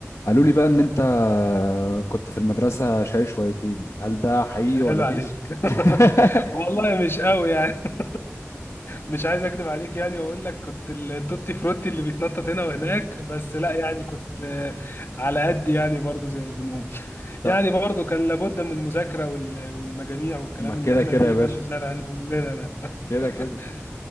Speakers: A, on the left; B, on the left.
A: قالوا لي بقى ان انت كنت في المدرسة شاي شويتين هل ده حقيقي
B: عيب
A: ولا
B: عليك
A: دي إش...
B: <laughs>
A: <laughs>
B: والله مش قوي يعني <laughs> مش عايز اكذب عليك يعني واقول لك كنت التوتي فروتي اللي بيتنطط هنا وهناك بس لا يعني كنت آه، على قد يعني برضو زي ما بنقول
A: طب
B: يعني برضو كان لابد من المذاكرة وال- والمجاميع والكلام
A: ما كده
B: اللي احنا
A: كده
B: ايه
A: يا باشا
B: كانوا زارعينهم لنا ده <laughs>
A: كده كده